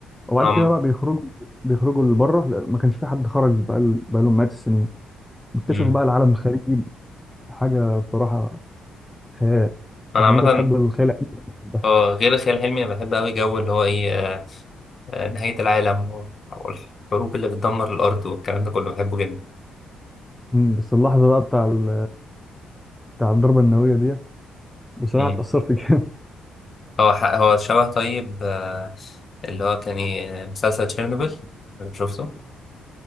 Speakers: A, in the centre; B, on the left.
A: وبعد
B: نعم
A: كده بقى بيخرجوا بيخرجوا لبره لأن ما كانش في حد خرج بقى لهم مئات السنين بيكتشفوا
B: امم
A: بقى العالم الخارجي حاجة بصراحة خيال
B: انا
A: يعني
B: عامه
A: لو انت بتحب الخيال العلمي
B: اه غير الخيال العلمي انا بحب قوي جو اللي هو ايه آه، آه، نهاية العالم و- والحروب اللي بتدمر الارض والكلام ده كله بحبه جدا
A: مم، بس اللحظة بقى بتاع ال... بتاع الضربة النووية ديت بصراحة
B: مم.
A: اتأثرت <laughs> جامد
B: هو ح- هو شبه طيب آه، اللي هو كان إيه، مسلسل تشيرنوبل شفته